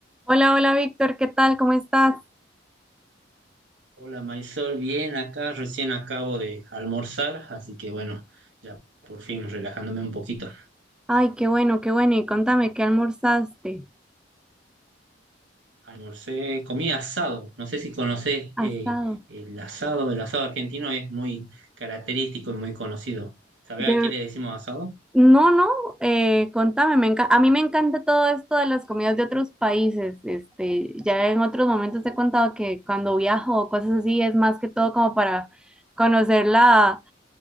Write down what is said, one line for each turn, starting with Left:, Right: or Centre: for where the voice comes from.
Centre: Hola, hola Víctor, ¿qué tal? ¿Cómo estás?
Right: Hola Marisol, bien acá, recién acabo de almorzar, así que bueno, ya por fin relajándome un poquito.
Centre: Ay, qué bueno, qué bueno. Y contame, ¿qué almorzaste?
Right: Almorcé, comí asado, no sé si conocés eh,
Centre: Asado.
Right: el asado, el asado argentino es muy característico y muy conocido. ¿Sabés
Centre: De...
Right: a qué le decimos asado?
Centre: No, no, eh, contame, me enca- a mí me encanta todo esto de las comidas de otros países. Este, ya en otros momentos te he contado que cuando viajo o cosas así es más que todo como para conocer la,